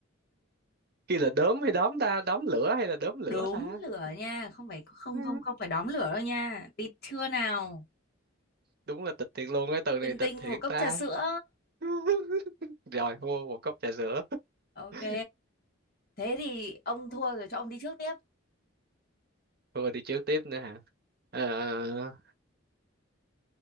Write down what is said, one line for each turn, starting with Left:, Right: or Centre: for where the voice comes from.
Right: kia là đốm hay đóm ta đóm lửa hay là đốm lửa
Left: đốm
Right: ta
Left: lửa
Right: <laughs>
Left: nha không phải không
Right: Ừ,
Left: không không phải đóm lửa đâu nha tịt chưa nào
Right: đúng là tịch thiệt luôn cái từ
Left: tinh
Right: này tịch
Left: tinh
Right: thiệt
Left: một cốc
Right: ta
Left: trà sữa
Right: <laughs> rồi mua một cốc trà sữa
Left: ok
Right: <laughs>
Left: thế thì ông thua rồi cho ông đi trước tiếp
Right: Thôi đi trước tiếp nữa hả? Ờ,